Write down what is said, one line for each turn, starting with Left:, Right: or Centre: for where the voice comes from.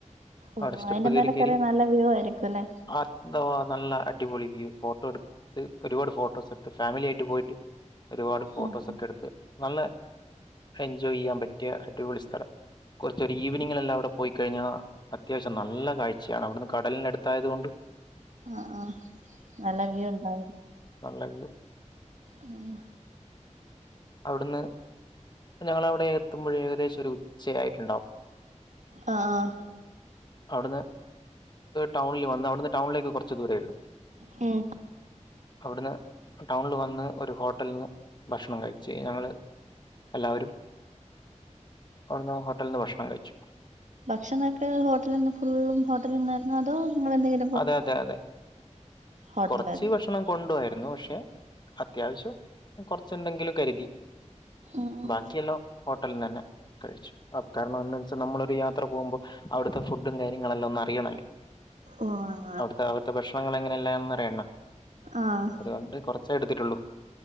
Right: ഓഹ്
Left: അവിടെ സ്റ്റെപ്പ്
Right: അതിന്റെ
Left: കയറി
Right: മേലെ
Left: കയറി
Right: കേറിയാ നല്ല വ്യൂ ആയിരിക്കും അല്ലേ
Left: <unintelligible> നല്ല അടിപൊളി വ്യൂ ഫോട്ടോ എടുക്ക ടുത്ത് ഒരുപാട് ഫോട്ടോസ് എടുത്ത് ഫാമിലി ആയിട്ട് പോയിട്ട് ഒരുപാട് ഫോട്ടോസൊക്കെ
Right: ആഹ്
Left: എടുത്ത് നല്ല എൻജോയെയ്യാൻ പറ്റിയ അടിപൊളി സ്ഥലം കാെർച്ചാെര് ഈവെനിങ്ങ്ലെല്ലാം അവ്ടെ പോയിക്കഴിഞ്ഞാ അത്യാവശ്യം നല്ല കാഴ്ച്ചയാണ് അവ്ട്ന്ന് കടൽനട്ത്തായത് കൊണ്ട്
Right: ആഹ് ആഹ് നല്ല വ്യൂണ്ടാകല്
Left: നല്ല വ്യൂ
Right: ആഹ്
Left: അവിടുന്ന് പ്പ ഞങ്ങളവിടെ എത്തുമ്പഴെ ഏകദേശാെരു ച്ചയായിട്ട്ണ്ടാവും
Right: ആഹ് ആഹ്
Left: അവിട്ന്ന് ടൗണിൽ വന്ന് അവ്ട്ന്ന് ടൗൺലേക്ക് കാെർച്ച് ദൂരേള്ളു
Right: ഉം
Left: അവിട്ന്ന് ടൗൺൽ വന്ന് ഒര് ഹോട്ടൽന്ന് ഭക്ഷണം കഴിച്ചു ഞങ്ങെള് എല്ലാവരും അവിട്ന്ന് ഹോട്ടൽന്ന് ഭക്ഷണം കഴിച്ചു
Right: ഭക്ഷണൊക്കെ ഹോട്ടല്ന്ന് ഫുള്ളും ഹോട്ടലിന്നായ്ര്ന്നാേ അതോ നിങ്ങെളെന്തെങ്കിലു
Left: അതെ അതെ അതെ
Right: ഹോട്ടലായിരുന്നു
Left: കാെറെച്ച് ഭക്ഷണം കൊണ്ട് പോയായ്ര്ന്നു പക്ഷെ അത്യാവശ്യം കാെർച്ചെന്തെങ്കിലും കര്തി
Right: ആഹ്
Left: ബാക്കിയെല്ലാം ഹോട്ടൽന്ന് തന്നെ കഴിച്ചു അഹ് കാര്ണം എന്താ വെച്ചാ നമ്മളൊരു യാത്ര പോകുമ്പോ അവിട്ത്തെ ഫുഡ്ഡും കാര്യങ്ങളെല്ലാം ഒന്ന് അറിയണൽ
Right: ഓഹ് ആഹ്
Left: അവിട്ത്തെ അവിട്ത്തെ ഭക്ഷണങ്ങളെങ്ങെനെയല്ലാംന്ന് അറയണം
Right: ആഹ്
Left: അതുകൊണ്ട് കൊറച്ചേ എട്ത്തിട്ടാെള്ളൂ